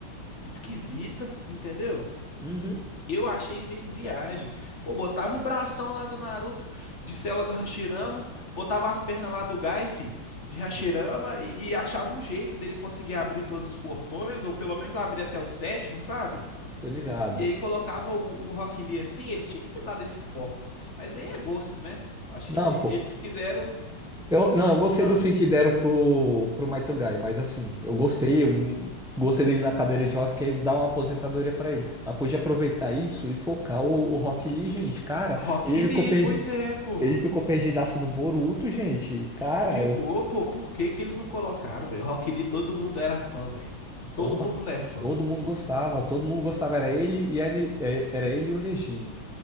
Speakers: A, on the left; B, in the centre.
A: esquisita, entendeu?
B: uhum,
A: Eu achei meio viagem. Pô, botava o bração lá do Naruto de cela do Hashirama, botava as pernas lá do Gai, fi, de Hashirama e, e achava um jeito dele conseguir abrir todos os portões, ou pelo menos abrir até o sétimo, sabe?
B: tô ligado.
A: E aí colocava o, o Rock Lee assim, eles tinham que ter dado esse foco. Mas aí é gosto, né? Acho
B: Não,
A: que ele-
B: pô,
A: eles quiseram.
B: eu, não, eu gostei
A: Ah.
B: do fim que deram pro, pro Might Guy, mas assim, eu gostei, eu gostei dele na cadeira de rodas, que aí dá uma aposentadoria pra ele, mas podia aproveitar isso e focar o, o Rock Lee, gente, cara,
A: Rock
B: ele
A: Lee,
B: ficou perdi,
A: pois é, pô.
B: ele ficou perdidaço no Boruto, gente, cara,
A: Ficou,
B: eu,
A: pô, por que que eles não colocaram, velho? Rock Lee, todo mundo era fã, velho. Todo
B: porra.
A: mundo é fã,
B: Todo
A: mano.
B: mundo gostava, todo mundo gostava, era ele e a Ne- é, era ele e o Neji.